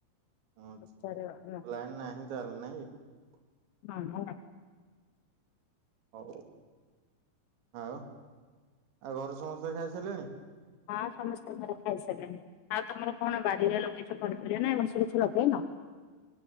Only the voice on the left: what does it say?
ପଚାରିବ ହଁ
ହଁ ହଲା।
ହଁ ସମସ୍ତେ ଘରେ ଖାଇସାରିଲେଣି, ଆଉ ତମର କଣ ବାଡ଼ିରେ ଲଗେଇଛ ପନିପରିବା ନା ଏ ବର୍ଷ କିଛି ଲଗେଇନ?